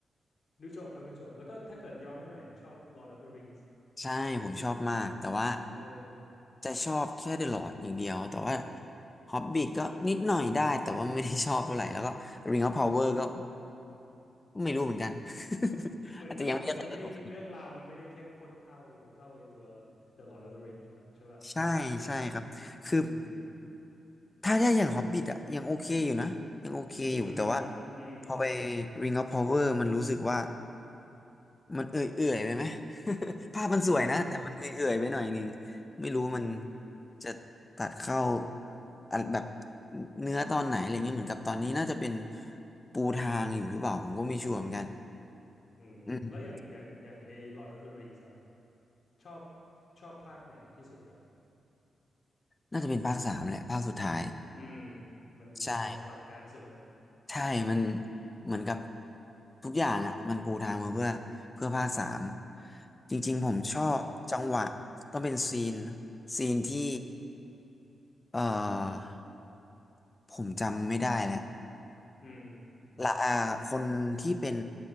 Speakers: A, on the left; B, on the left.
A: ดูจบครับดูจบแล้วก็ถ้าเกิดย้อนไปหน่อยชอบ Lord of the Rings
B: ใช่ ผมชอบมาก
A: เออเออ
B: แต่ว่าจะชอบแค่เดอะลอร์ดอย่างเดียว แต่ว่าฮอบบิ t ก็นิดหน่อยได้ แต่ว่าไม่ได้ชอบเท่าไหร่ แล้วก็ Ring of Power ก็ไม่รู้เหมือนกัน <laughs>
A: เหมือนเหมือนมันมันไม่เรื่องราวมันไม่ได้เข้มข้นเท่าเท่าไอตัว
B: อาจจะยังไม่ได้เคยสนุก
A: The Lord of the Rings ใช่ปะใช่ป่ะ
B: ใช่ ใช่ครับ คือ
A: อืม
B: ถ้าได้อย่างฮอบบิ t อะยังโอเคอยู่นะยังโอเคอยู่แต่ว่า
A: อืมอืม
B: พอไป Ring of Power มันรู้สึกว่ามันเอื่อยๆไปไหม <laughs> ภาพมันสวยนะแต่มันเอื่อยๆไปหน่อยนึง
A: อืม
B: ไม่รู้มัน
A: อืม
B: จะตัดเข้าอันแบบเนื้อตอนไหนอะไรเงี้ยเหมือนกับตอนนี้น่าจะเป็นปูทางอยู่หรือเปล่าผมก็ไม่ชัวร์เหมือนกัน
A: อืมแล้วอย่างอย่างอย่างไอ้
B: อืม
A: Lord of the Rings อะครับชอบชอบภาคไหนที่สุดครับ
B: น่าจะเป็นภาคสามแหละภาคสุดท้าย
A: อืมมันมันแบบอลังการสุดนะ
B: ใช่ ใช่มันเหมือนกับทุกอย่างอ่ะมันปูทางมาเพื่อเพื่อภาคสาม จริงๆผมชอบจังหวะ
A: คืออืม
B: ต้องเป็นซีนซีนที่เอ่อผมจำไม่ได้แล้ว
A: อืม
B: ละอาคนที่เป็น